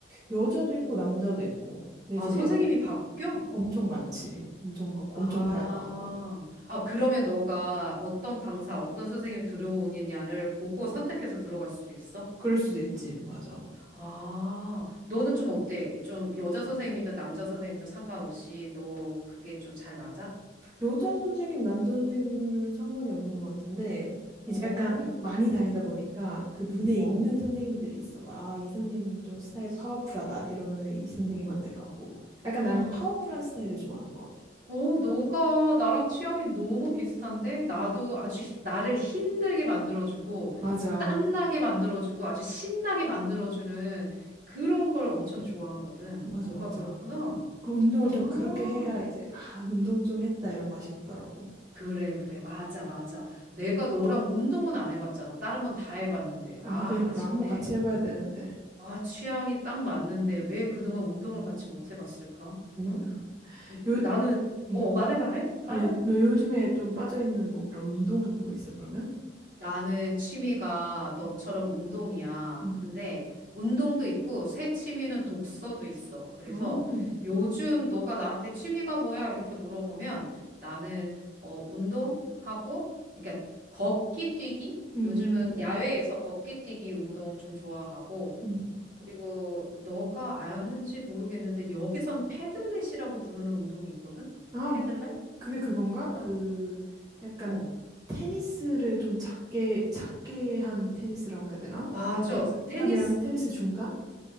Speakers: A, on the right (about 20°); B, on the right (about 50°).
A: 여자도 있고 남자도 있고. 근데
B: 아,
A: 이제
B: 선생님이 바뀌어?
A: 엄청 많지. 엄청 많고
B: 아,
A: 엄청 다양하고.
B: 아, 그러면 너가 어떤 강사, 어떤 선생님이 들어오느냐를 보고 선택해서 들어갈 수도 있어?
A: 그럴 수도 있지. 맞아.
B: 아, 너는 좀 어때? 좀 여자 선생님이든 남자 선생님이든 상관없이 너 그게 좀 잘 맞아?
A: 여자 선생님, 남자 선생님은 상관이 없는 것 같은데 이제
B: 어,
A: 약간 많이 다니다 보니까 그 눈에 익는
B: 어,
A: 선생님들이 있어. 막, 아, 이 선생님 좀 스타일
B: 그치.
A: 파워풀하다. 이러면은 이 선생님한테
B: 어.
A: 가고. 약간
B: <gasps>
A: 나는 파워풀한 스타일을 좋아하는 것 같아.
B: 오, 너가 나랑 취향이 너무 비슷한데? 나도 아주 히- 나를 힘들게 만들어주고,
A: 맞아.
B: 땀나게 만들어주고, 아주 신나게 만들어주는 그런 걸 엄청 좋아하거든.
A: 맞아,
B: 너가
A: 맞아.
B: 그렇구나.
A: 그 운동을
B: 아,
A: 좀 그렇게 해야 이제, 아, 운동 좀 했다 이런 맛이 있더라고.
B: 그래, 그래. 맞아, 맞아. 내가 너랑 운동은 안 해봤잖아. 다른 건 다 해봤는데.
A: 아,
B: 아,
A: 그니까.
B: 아쉽네.
A: 한번 같이 해봐야 되는데.
B: 아, 취향이 딱 맞는데 왜 그동안 운동을 같이 못 해봤을까?
A: 그니까.
B: 응? 이-
A: 요,
B: 나는,
A: 음.
B: 어, 말해, 말해, 말해?
A: 아니, 너 요즘에 좀 빠져있는 뭐 그런 운동 같은 거 있어, 그러면?
B: 나는 취미가 너처럼
A: 음.
B: 운동이야.
A: 음.
B: 근데 운동도 있고 새 취미는 독서도 있어. 그래서
A: 어,
B: 요즘 너가 나한테 취미가 뭐야? 이렇게 물어보면 나는 어, 운동하고 그러니까 걷기 뛰기?
A: 음,
B: 요즘은 야외에서 걷기 뛰기 운동 좀 좋아하고
A: 음.
B: 그리고 너가 아는지 모르겠는데 여기선 패들렛이라고 부르는 운동이 있거든?
A: 아,
B: 패들렛?
A: 그게 그건가?
B: 알아?
A: 그, 약간
B: 어.
A: 테니스를 좀 작게, 작게 한 테니스라고 해야 되나?
B: 맞아.
A: 약간 배드민턴이랑
B: 테니스
A: 테니스 중간?